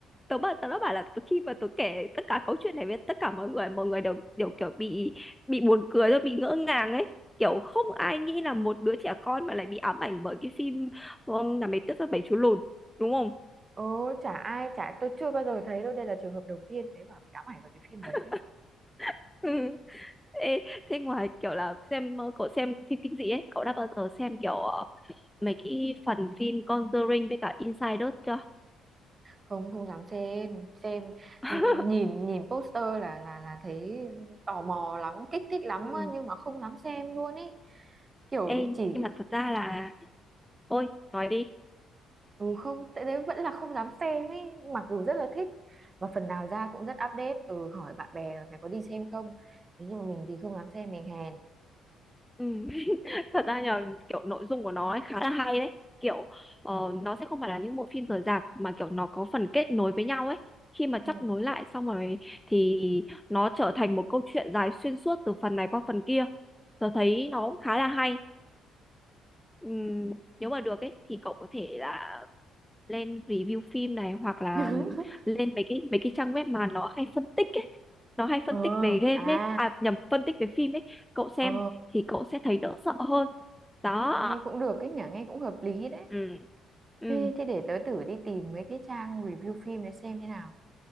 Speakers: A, in the centre; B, on the right.
A: tớ bảo tớ đã bảo là tớ- khi mà tớ kể tất cả câu chuyện này với tất cả mọi người mọi người đều đều kiểu bị bị buồn cười rồi bị ngỡ ngàng ấy kiểu không ai nghĩ là một đứa trẻ con mà lại bị ám ảnh bởi cái phim ông là mấy tuyết và bảy chú lùn đúng không
B: ồ chả ai chả tôi chưa bao giờ thấy đâu đây là trường hợp đầu tiên thế bảo bị ám ảnh với cái phim đấy
A: <laughs>
B: đấy
A: ừ. Ê, thế ngoài kiểu là xem ờ, cậu xem phim kinh dị ấy cậu đã bao giờ xem kiểu ờ, mấy cái phần phim Conjuring với cả Insider chưa
B: không không dám xem xem
A: <laughs>
B: ừ, nhìn nhìn poster là là là thấy tò mò lắm kích thích lắm
A: ừ.
B: á, nhưng mà không dám xem luôn ấy kiểu
A: Ê,
B: chỉ
A: nhưng mà thật ra là ôi nói đi
B: Ừ không, tại đấy vẫn là không dám xem ấy, mặc dù rất là thích và phần nào ra cũng rất update, ừ hỏi bạn bè mày có đi xem không? Nếu như mà mình thì không dám xem mình hèn.
A: ừ. thật ra là kiểu nội dung của nó ấy khá là hay đấy kiểu ờ, nó sẽ không phải là những bộ phim rời rạc mà kiểu nó có phần kết nối với nhau ấy khi mà chắp
B: Ừ.
A: nối lại xong rồi thì nó trở thành một câu chuyện dài xuyên suốt từ phần này qua phần kia tớ thấy nó cũng khá là hay Ừm, nếu mà được ấy thì cậu có thể là lên review phim này hoặc là
B: <laughs>
A: lên mấy cái mấy cái trang web mà nó hay phân tích ấy nó hay phân
B: Ờ,
A: tích về game
B: à,
A: ấy à nhầm phân tích về phim ấy cậu xem
B: ờ,
A: thì cậu sẽ thấy đỡ sợ hơn đó
B: nghe cũng được cái nhỉ, nghe cũng hợp lý đấy.
A: ừ ừ
B: Thế, thế để tớ thử đi tìm mấy cái trang review phim để xem thế nào.